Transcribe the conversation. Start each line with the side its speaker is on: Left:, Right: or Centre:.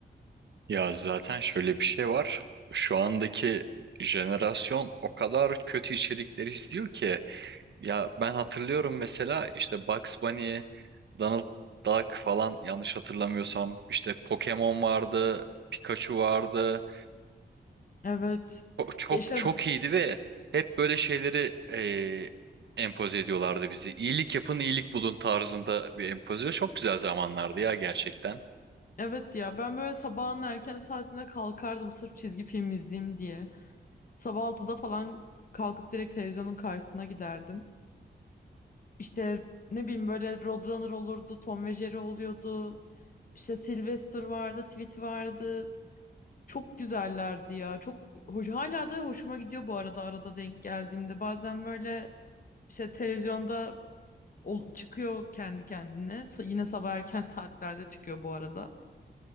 Right: Ya zaten şöyle bir şey var. Şu andaki jenerasyon o kadar kötü içerikleri izliyor ki. Ya ben hatırlıyorum mesela işte Bugs Bunny, Donald Duck falan yanlış hatırlamıyorsam işte Pokemon vardı, Pikachu vardı.
Left: Evet.
Right: Çok çok,
Left: Yaşar
Right: çok iyiydi ve hep böyle şeyleri eee empoze ediyorlardı bizi. İyilik yapın, iyilik bulun tarzında bir empoze. Çok güzel zamanlardı ya gerçekten.
Left: Evet ya ben böyle sabahın erken saatinde kalkardım sırf çizgi film izleyeyim diye. Sabah altıda falan kalkıp direkt televizyonun karşısına giderdim. İşte ne bileyim böyle Roadrunner olurdu, Tom ve Jerry oluyordu. İşte Sylvester vardı, Tweet vardı. Çok güzellerdi ya. Çok hoş, hala da hoşuma gidiyor bu arada arada denk geldiğimde. Bazen böyle işte televizyonda ol- çıkıyor kendi kendine. Sa- Yine sabah erken <laughs> saatlerde çıkıyor bu arada.